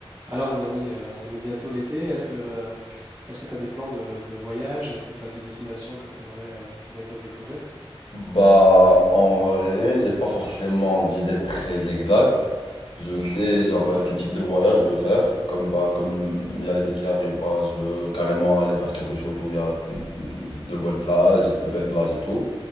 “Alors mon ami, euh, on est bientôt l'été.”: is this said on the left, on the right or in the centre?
Right